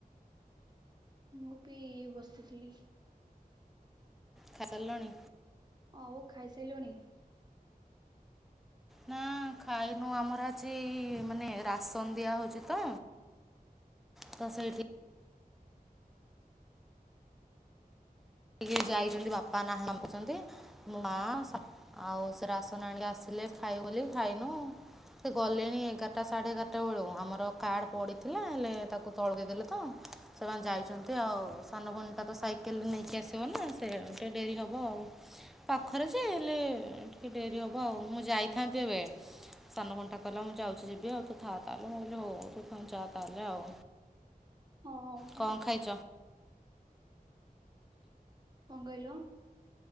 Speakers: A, on the right; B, in the centre.
A: ମୁଁ ପି ବସିଥିଲି।
B: ଖା ସଲଣି?
A: ଆଉ ଖାଇ ସାରିଲଣି?
B: ନା ଖାଇନୁ ଆମର ଆଜି ମାନେ ରାସନ ଦିଆ ହଉଛି ତ। ତ ସେଇଠି ଟିକେ ଯାଇଛନ୍ତି ବାପା ନା <unintelligible> ମୋ ମା ସ ଆଉ ସେ ରାସନ ଆଣିକି ଆସିଲେ ଖାଇବୁ ବୋଲି ଖାଇନୁ। ସେ ଗଲେଣି ଏଗାରଟା ସାଢେ ଏଗାରଟା ବେଳୁ ଆମର କାର୍ଡ ପଡିଥିଲା ହେଲେ ତାକୁ ତଳେ ଦେଇଦେଲେ ତ ସେମାନେ ଯାଇଛନ୍ତି ଆଉ ସାନ ଭଉଣୀ ଟା ତ ସାଇକେଲରେ ନେଇକି ଆସି ସି ବନା ସେ ଟେ ଡେରି ହବ ଆଉ। ପାଖରେ ଯେ ହେଲେ ଟିକେ ଡେରି ହବ ଆଉ ମୁଁ ଯାଇଥାନ୍ତି ଏବେ ସାନ ଭଉଣୀ ଟା କହିଲା ମୁଁ ଯାଉଛି ଯିବି ଆଉ ତୁ ଥାହା ତାହେଲେ ମୁଁ କହିଲି ହଉ ତୁ ଯାହା ତାହେଲେ ଆଉ।
A: ଓ ହୋ।
B: କ'ଣ ଖାଇଛ
A: କଣ କହିଲ?